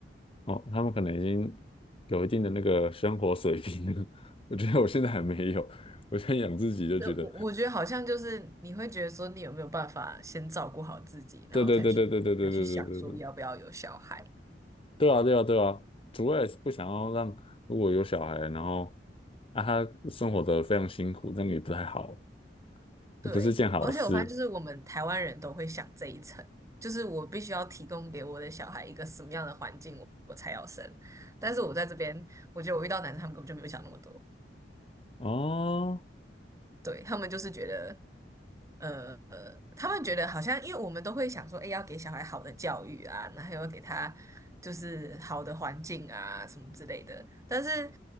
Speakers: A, on the left; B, on the right.
A: 哦，他们可能已经有一定的那个生活水平了。<laughs> 我觉得我现在还没有，<laughs> 我现在养自己就觉得
B: 对，我我觉得好像就是你会觉得说，你有没有办法先照顾好自己，然后才去才去想说要不要有小孩。
A: 对对对对对对对对对对对，对啊对啊对啊，主要也是不想要让如果有小孩，然后啊他生活的非常辛苦，那样也不太好，
B: 对，
A: 也不是件好事
B: 而且我发现就是我们台湾人都会想这一层，就是我必须要提供给我的小孩一个什么样的环境，我我才要生。但是我在这边，我觉得我遇到男生，他们根本就没有想那么多。
A: 哦
B: 对，他们就是觉得，呃，呃他们觉得好像，因为我们都会想说，哎，要给小孩好的教育啊，然后要给他就是好的环境啊，什么之类的。但是，